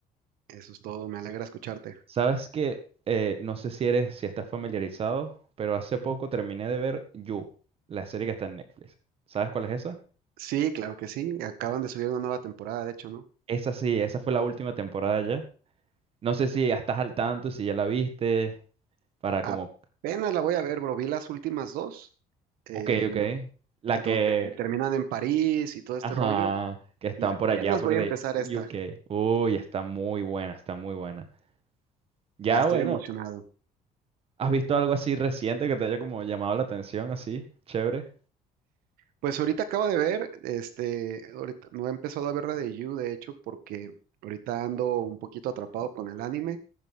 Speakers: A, on the right; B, on the right.
A: Eso es todo, me alegra escucharte.
B: Sabes que eh, no sé si eres, si estás familiarizado, pero hace poco terminé de ver You, la serie que está en Netflix. ¿Sabes cuál es esa?
A: Sí, claro que sí, acaban de subir una nueva temporada, de hecho, ¿no?
B: Esa sí, esa fue la última temporada ya. No sé si ya estás al tanto, si ya la viste, para
A: Apenas
B: como,
A: la voy a ver, bro, vi las últimas dos, eh,
B: ok, ok. La
A: y
B: que,
A: donde terminan en París y todo este
B: Ajá,
A: rollo,
B: que están
A: y apenas
B: por allá, por
A: voy
B: de
A: a empezar esta,
B: eh, U K Uy, está muy buena, está muy buena. Ya,
A: ya estoy
B: bueno,
A: emocionado.
B: ¿has visto algo así reciente que te haya como llamado la atención, así? Chévere.
A: Pues ahorita acabo de ver, este, ahorita no he empezado a ver la de You, de hecho, porque ahorita ando un poquito atrapado con el anime,